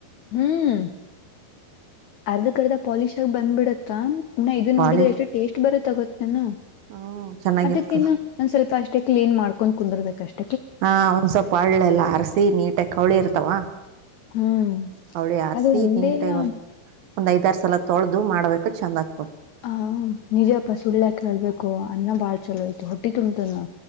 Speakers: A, on the left; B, on the right.
A: ಹ್ಮ್ ಅರ್ಧಕ್ ಅರ್ಧ ಪಾಲಿಶ್ ಆಗಿ ಬಂದ್ಬಿಡತ್ತ ಕಾಂ ನಾ ಇದನ್ನೋಡಿದ್ರ
B: ಪಾಲಿ
A: ಎಷ್ಟು ಟೇಸ್ಟ್ ಬರತ್ ತಗೊ ನು
B: ಹ್ಮ್ ಚೆನ್ನಾಗಿರ್ತದ
A: ಅದಕ್ಕ ಇನ್ನು ಒನ್ ಸ್ವಲ್ಪ ಅ ಕ್ಲೀನ್ ಮಾಡ್ಕೊಂಡ್ ಕುಂದರ್ಬೇಕಷ್
B: ಹಾ ಒಂದ್ ಸ್ವಲ್ಪ್ ಅಳ್ಳೆಲ್ಲ ಅರಸಿ ನೀಟಗ್ ಕವಳಿ ಇರ್ತಾವ.
A: ಹ್ಮ್
B: ಕವಳಿ ಆರ್ಸಿ
A: ಅದು ಒಂದೇ
B: ನೀಟಾಗಿ
A: ಇಲ್ಲ
B: ಒಂದ್ ಒಂದ್ ಐದಾರ್ ಸಲ ತೊಳ್ದು ಮಾಡ್ಬೇಕ ಚಂದ ಆಗ್ತಾವ್.
A: ಹಾಂ ನಿಜಪ್ಪ ಸುಳ್ಯಾಕ್ ಹೇಳ್ಬೇಕು ಅನ್ನ ಬಾಳ್ ಚುಲೋ ಐತಿ ಹೊಟ್ಟಿ ತುಂಬ್ತಿಂದನಾ.